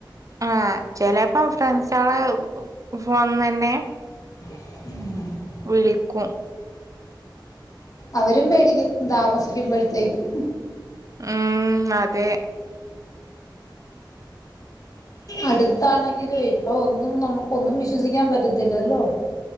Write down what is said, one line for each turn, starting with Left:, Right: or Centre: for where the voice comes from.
Right: ആഹ് ചെലെപ്പോ ഫ്രണ്ട്സാളെ ഫോണിന്നന്നെ
Left: ഉം..
Right: വിളിക്കും
Left: അവരും പേടിക്കും താമസിക്കുമ്പോഴത്തേക്കും
Right: ഉം അതെ
Left: അടുത്താണെങ്കിലയ് ഇപ്പൊ ഒന്നും നമുക്കൊന്നും വിശ്വസിക്കാൻ പറ്റത്തില്ലല്ലോ